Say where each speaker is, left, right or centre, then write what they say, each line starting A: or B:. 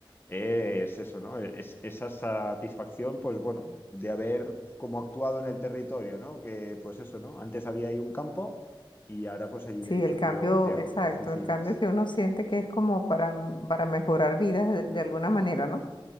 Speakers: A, on the left (about 25°); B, on the left (about 60°).
A: es eso, ¿no? Es esa satisfacción, pues bueno, de haber como actuado en el territorio, ¿no? Que pues eso, ¿no? Antes había ahí un campo y ahora pues hay un
B: Sí,
A: edificio
B: el cambio,
A: de,
B: exacto,
A: o- de oficinas.
B: el cambio que uno siente que es como para, m- para mejorar vidas de, de alguna manera, ¿no?